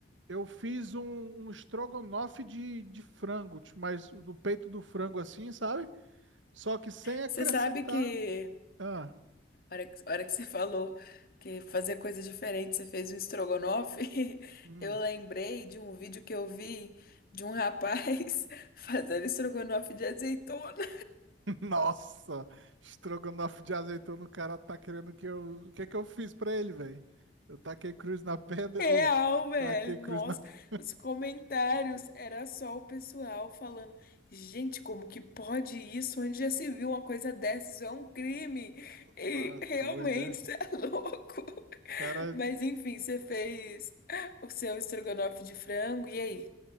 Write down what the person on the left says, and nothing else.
Você sabe que,
a hora que, a hora que você falou que fazer coisa diferente, você fez um estrogonofe, <laughs>
eu lembrei de um vídeo que eu vi de um rapaz <laughs> fazendo estrogonofe de azeitona.
Real,
velho.
Nossa,
os comentários era só o pessoal falando: gente, como que pode isso? Onde já se viu uma coisa dessa? Isso é um crime. E
realmente,
você é <laughs> louco.
Mas enfim, você fez o seu estrogonofe de frango. E aí?